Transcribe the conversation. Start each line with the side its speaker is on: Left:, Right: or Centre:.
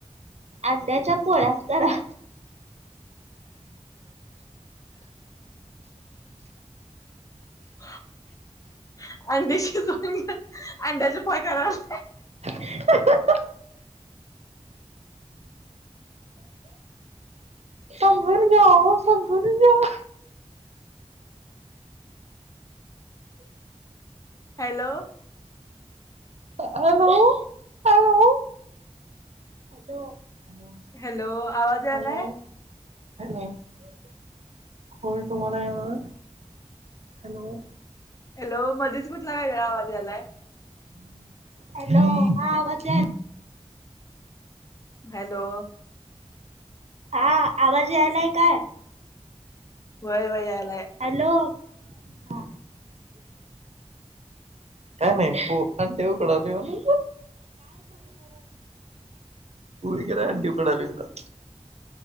Right: अंड्याच्या पोळ्यात करा.
Left: <inaudible> अंडी शिजवून <unintelligible>
Right: <unintelligible> <unintelligible>
Left: हॅलो.
Right: अ hello. Hello. Hello hello
Left: hello आवाज यालाय
Right: कलो. हॅलो होय तुम्हाला यावा हॅलो.
Left: हॅलो मध्येच कुठला वेगळा आवाज यालाय?
Right: हॅलो हा आवाज याय
Left: हॅलो.
Right: हा आवाज यायलाय काय?
Left: वय वय यायलाय.
Right: हॅलो हा. काय माही पू अंडे उकडाले म्हणे. पुडी कराय अंडी उकडाली नाव.